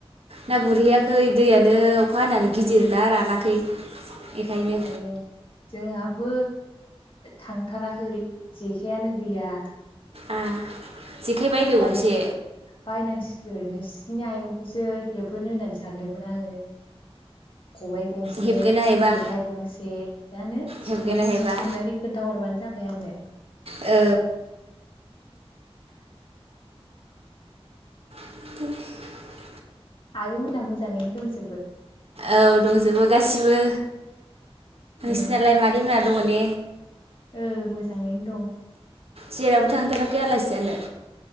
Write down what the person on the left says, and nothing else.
ए जोंहा बो थांथाराखै जेखायानो गैया।
बाय
बायनांसिगोन नोंसिनि आयंखौसो हेबो होननानै सानदोंमोन आङो। खबाइ गंसे
जेखाइ गंसे दानो
सोंोन
सोंनानै खोन्थ हरबानो जाबाय आंनो।
आयौ मोनहा मोजाङैनो दंसै
उम
औ मोजाङैनो दं।